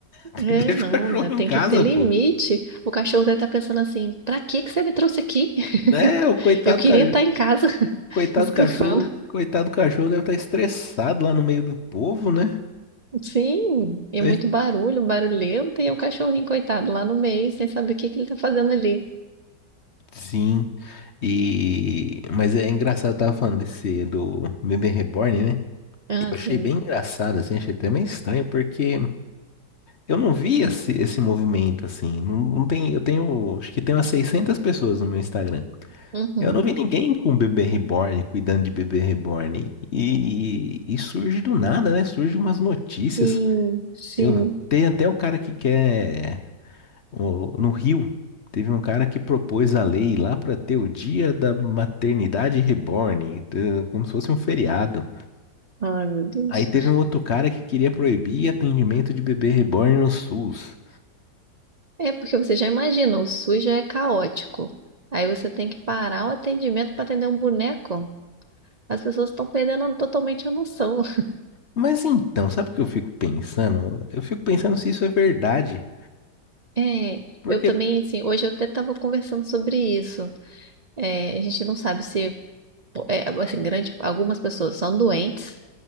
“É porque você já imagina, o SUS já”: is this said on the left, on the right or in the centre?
Right